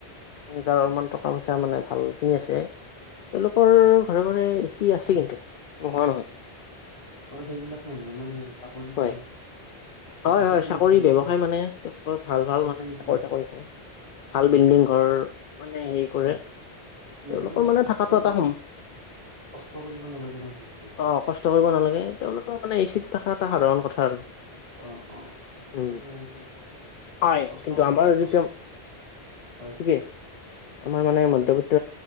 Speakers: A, on the left (about 60°); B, on the left (about 35°).
A: যাৰ অমান টকা পইচা মানে ভালখিনি আছে তেওঁলোকৰ
B: হয় হয়।
A: ঘৰে ঘৰে এচি আছে কিন্তু নোহোৱা নহয়
B: আৰু সেইবিলাক মানুহৰ মানে চাকৰি
A: হয়
B: কৰে
A: হয়
B: অফিচতো
A: হয় চাকৰি
B: এচি আছে
A: ব্য়ৱসায় মানে তেওঁলোকৰ ভাল
B: অফিচতো
A: ভাল মানে
B: এচি
A: চাকৰি-
B: আছে
A: তাকৰি কৰে ভাল
B: হয়।
A: বিল্ডিং ঘৰ মানে হেৰি কৰে
B: হয়। সিহঁতেতো
A: তেওঁলোকৰ মানে
B: কষ্ট
A: থকাটো
B: কৰিব
A: এটা সম্ভৱ
B: কষ্ট কৰিব নালাগে ন সিহঁতে
A: অ কষ্ট নালাগে তেওঁলোকৰ মানে এ চি
B: হয়।
A: ট থকা এটা সাধাৰণ কথা আৰু
B: অ অ এইটো
A: উ
B: মানে আৰু কি
A: হয়
B: কষ্ট
A: কিন্তু
B: কৰা
A: আমাৰ
B: কষ্ট
A: যটো
B: হয়
A: ঠিকেই আমাৰ মানে মিত